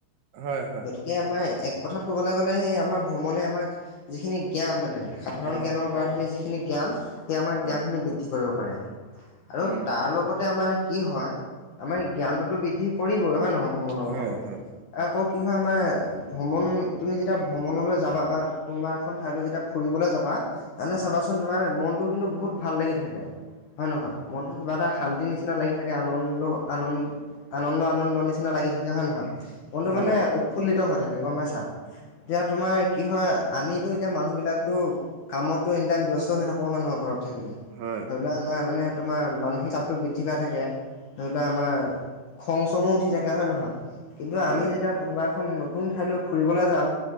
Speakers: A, on the right (about 75°); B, on the left (about 65°).
A: হয় হয়।
B: গতিকে আমাৰ এক কথাত ক'বলৈ গ'লে সেই আমাৰ ভ্ৰমণে আমাক যিখিনি জ্ঞান মানে সাধাৰণ
A: অ
B: জ্ঞানৰ পৰা ধৰি যিখিনি জ্ঞান তেওঁ আমাৰ
A: হয়
B: জ্ঞানখিনি বৃদ্ধি কৰিব পাৰে। আৰু
A: উম
B: তাৰ লগতে আমাৰ কি হয় আমাৰ জ্ঞানটোতো বৃদ্ধি কৰিব হয় নহয় ভ্ৰমণৰ
A: হয়
B: ফলত।
A: হয়
B: আকৌ কি হয় আমাৰ ভ্ৰমণ তুমি যেতিয়া ভ্ৰমণলৈ যাবা বা কোনোবা এখন ঠাইলৈ যেতিয়া ফুৰিবলৈ যাবা তেনেহলে চাবাচোন তোমাৰ মনটো কিন্তু বহুত ভাল লাগি থাকে। হয় নহয় মনটো কিবা এটা শান্তি নিচিনা লাগি থাকে আনন্দ আন আনন্দ নন্দ নিচিনা লাগি থাকে হয় নহয় মনটো
A: হয়
B: মানে উৎফুল্লিত হৈ থাকে গম পাইছা। এতিয়া তোমাৰ কি হয় আমিতো এতিয়া মানুহবিলাকতো কামতো এনি টাইম ব্যস্ত হৈ থাকো হয় নহয় ঘৰত থাকিলে
A: হয়
B: ধৰি লোৱা আমাৰ মানে তোমাৰ মানসিক চাপটো বৃদ্ধি পাই থাকে ধৰি লোৱা আমাৰ খংছ চঙো উঠি থাকে হয় নহয়? কিন্তু
A: হয়
B: আমি যেতিয়া কোনোবা এখন নতুন ঠাইলৈ ফুৰিবলৈ যাম